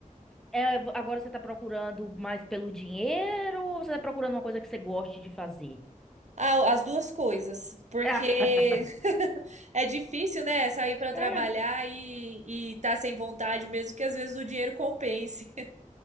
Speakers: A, in the centre; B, on the right.
A: É, agora você tá procurando mais pelo dinheiro ou você tá procurando uma coisa que você goste de fazer?
B: Ah, as duas coisas, porque
A: <laughs>
B: é difícil, né, sair para
A: É,
B: trabalhar e, e tá sem vontade mesmo, que às vezes o dinheiro compense. <laughs>